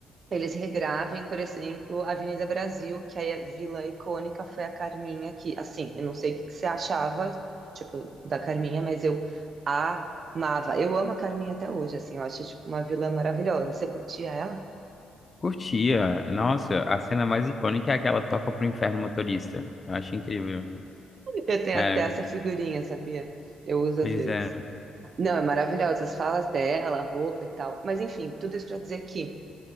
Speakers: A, on the right (about 50°); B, on the left (about 30°).
A: eles regravem, por exemplo, a Avenida Brasil, que aí a vilã icônica foi a Carminha, que, assim, eu não sei o que que você achava, tipo, da Carminha, mas eu amava. Eu amo a Carminha até hoje, assim, eu acho, tipo, uma vilã maravilhosa. Você curtia ela?
B: Curtia. Nossa, a cena mais icônica é aquela toca pro inferno motorista. Eu acho incrível.
A: Eu tenho
B: É,
A: até essa figurinha, sabia? Eu uso
B: pois
A: às vezes.
B: é.
A: Não, é maravilhosa, as falas dela, a roupa e tal. Mas, enfim, tudo isso pra dizer que.